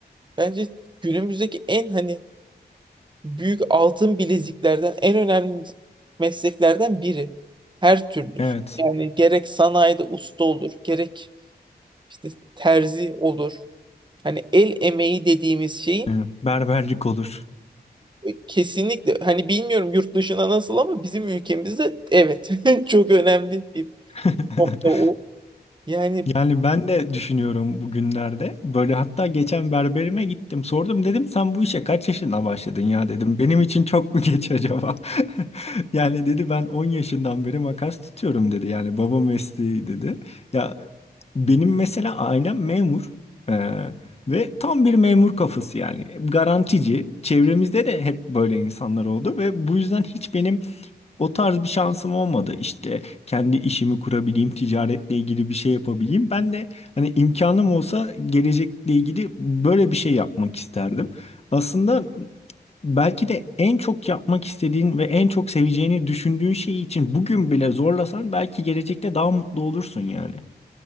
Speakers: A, on the right; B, on the left.
A: Bence günümüzdeki en hani büyük altın bileziklerden en önemli mesleklerden biri. Her türlüsü.
B: Evet.
A: Yani gerek sanayide usta olur, gerek işte terzi olur. Hani el emeği dediğimiz şeyin
B: Evet. Berberlik olur.
A: e, kesinlikle hani bilmiyorum yurt dışına nasıl ama bizim ülkemizde evet <laughs> çok önemli bir
B: <laughs>
A: nokta o. Yani
B: Yani ben de düşünüyorum bugünlerde. Böyle hatta geçen berberime gittim. Sordum dedim sen bu işe kaç yaşında başladın ya dedim. Benim için çok mu geç acaba? <laughs> Yani dedi ben 10 yaşından beri makas tutuyorum dedi. Yani baba mesleği dedi. Ya benim mesela ailem memur. Ee, ve tam bir memur kafası yani. Garantici. Çevremizde de hep böyle insanlar oldu ve bu yüzden hiç benim o tarz bir şansım olmadı. İşte kendi işimi kurabileyim, ticaretle ilgili bir şey yapabileyim. Ben de hani imkanım olsa gelecekle ilgili böyle bir şey yapmak isterdim. Aslında belki de en çok yapmak istediğin ve en çok seveceğini düşündüğün şey için bugün bile zorlasan belki gelecekte daha mutlu olursun yani.